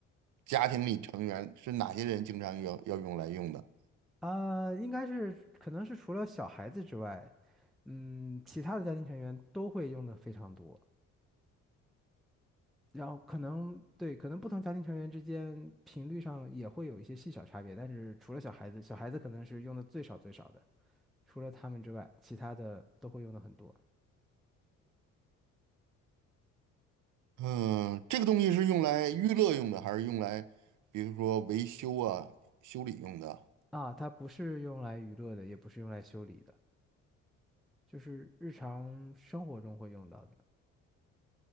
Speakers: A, on the right (about 50°); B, in the centre.
A: 家庭里成员是哪些人经常要要用来用的？
B: 啊，应该是可能是除了小孩子之外，嗯，其他的家庭成员都会用的非常多。然后可能对，可能不同家庭成员之间频率上也会有一些细小差别，但是除了小孩子，小孩子可能是用的最少最少的，除了他们之外，其他的都会用的很多
A: 嗯、这个东西是用来娱乐用的，还是用来比如说维修啊、修理用的？
B: 啊。它不是用来娱乐的，也不是用来修理的，就是日常生活中会用到的